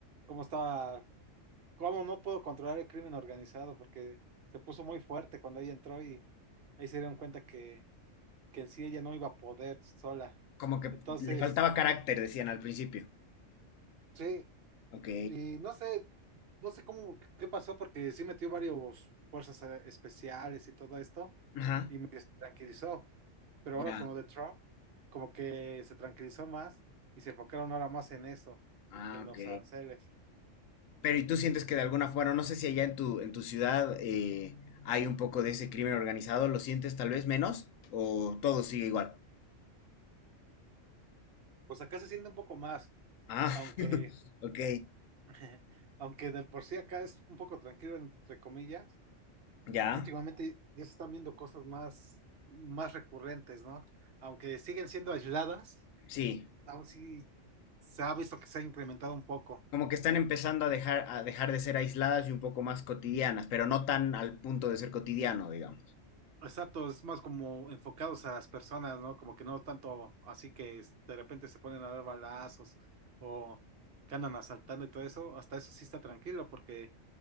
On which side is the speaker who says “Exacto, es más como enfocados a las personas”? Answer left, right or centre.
Right